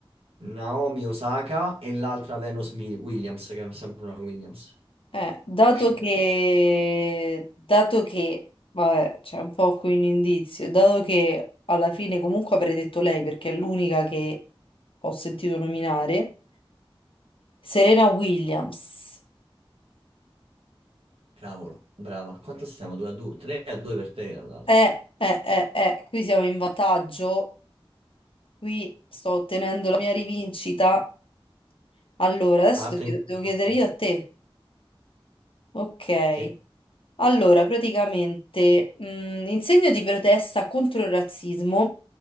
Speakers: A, on the right; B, on the left.
A: Naomi Osaka e l'altra Venus Mi- Williams, che è sempre una Williams.
B: Eh, dato
A: Sciacca
B: che...
A: qui.
B: Dato che... Vabbè, c'è un po' qui un indizio. Dato che alla fine comunque avrei detto lei, perché è l'unica che ho sentito nominare, Serena Williams.
A: Cavolo, brava. Quanto stiamo? 2 a 2? 3 a 2 per te, tra l'altro.
B: Eh, eh, eh, eh, qui siamo in vantaggio. Qui sto ottenendo la mia rivincita. Allora, adesso
A: Ah, Attenzione.
B: devo chied- devo chiedere io a te. Ok.
A: Sì.
B: Allora, praticamente, mh, in segno di protesta contro il razzismo,